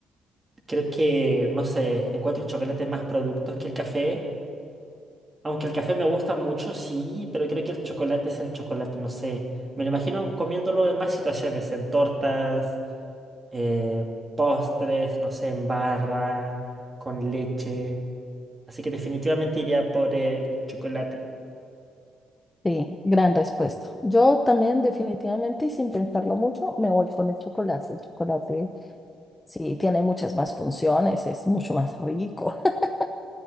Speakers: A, on the right (about 25°); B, on the left (about 15°).
A: Creo que, no sé, encuentro el chocolate más productos que el café. Aunque el café me gusta mucho, sí, pero creo que el chocolate es el chocolate, no sé. Me lo imagino comiéndolo en más situaciones, en tortas, eh, postres, no sé, en barra, con leche. Así que definitivamente iría por el chocolate.
B: Sí, gran respuesta. Yo también definitivamente y sin pensarlo mucho me voy con el chocolate. El chocolate sí tiene muchas más funciones, es mucho más rico. <laughs>